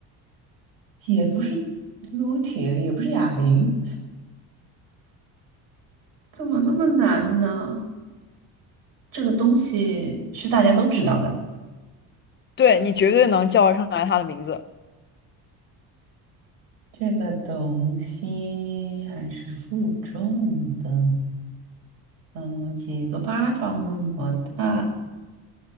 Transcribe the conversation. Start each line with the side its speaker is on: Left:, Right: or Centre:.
Right: 也不是撸铁，也不是哑铃，怎么那么难呢？这个东西是大家都知道的，
Left: 对，你绝对能叫得上来它的名字。
Right: 这个东西还是负重的，嗯，几个巴掌那么大，